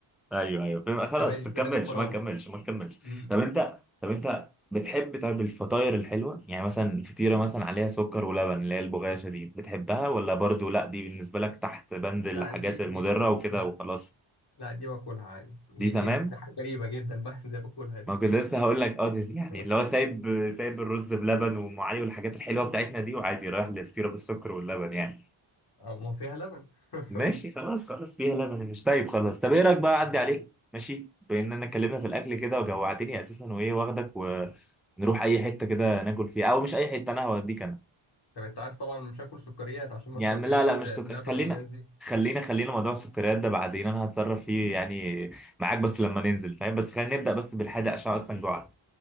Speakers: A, in the centre; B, on the left.
A: ايوه ايوه فاهم خلاص
B: زبادي
A: ما
B: زبادي
A: نكملش
B: الفراولة
A: ما نكملش ما نكملش
B: امم
A: طب انت طب انت بتحب طيب الفطاير الحلوه يعني مثلا فطيره مثلا عليها سكر ولبن اللي هي البغاشه دي بتحبها ولا برضو لا دي بالنسبه لك تحت بند الحاجات
B: لا دي دي
A: المضره
B: ممكن
A: وكده
B: لا
A: وخلاص
B: لا دي باكلها عادي دي
A: دي تمام
B: دي, دي دي حاجة غريبة جدا بقى <laughs> زي باكلها دي
A: ما كنت لسه هقول لك اه دي يعني
B: <laughs>
A: اللي هو سايب سايب الرز بلبن وام علي والحاجات الحلوه بتاعتنا دي وعادي رايح لفطيره بالسكر واللبن يعني
B: آه، ما فيها لبن <laughs>
A: ماشي خلاص خلاص فيها لبن مش طيب خلاص طب ايه رايك بقى اعدي عليك ماشي بان انا اتكلمنا في الاكل كده وجوعتني اساسا وايه واخدك ونروح اي حته كده ناكل فيها او مش اي حته انا هوديك انا
B: طب انت عارف طبعا مش هاكل سكريات عشان ما
A: يعني
B: تودنيش
A: لا لا مش
B: بلبن
A: سك... خلينا
B: والناس دي
A: خلينا خلينا موضوع السكريات ده بعدين انا هتصرف فيه يعني معاك بس لما ننزل فاهم بس خلينا نبدا بس بالحادق عشان اصلا جوعت